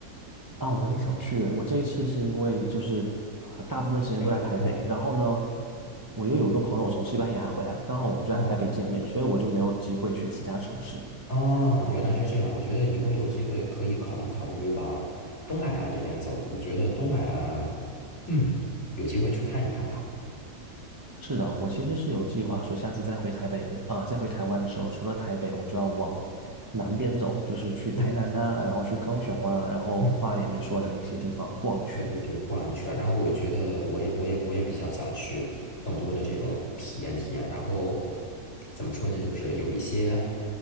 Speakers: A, on the right (about 20°); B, on the left (about 45°).
A: 啊！我也想去。我这一次是因为就是呃，大部分时间都在台北，
B: 先不错了。
A: 然后呢，我又有个朋友从西班牙回来，刚好我们就在台北见面，
B: 哦。
A: 所以我就没有机会去其他城市。
B: 哦，原来是这样。我觉得以后有机会可以考虑考虑往东海岸这边走。我觉得东海岸，嗯，有机会去看一看吧。
A: 是的，我其实是有计划说，下次再回台北的啊、再回台湾的时候，除了台北，我就要往南边走，就是去台南呐、
B: 嗯
A: 然后去高雄啊，然后花莲你说的那些地方逛一圈。
B: 嗯对对对，逛一圈。然后我觉得我也我也我也比较想去更多的这种体验体验。然后怎么说呢？就是有一些，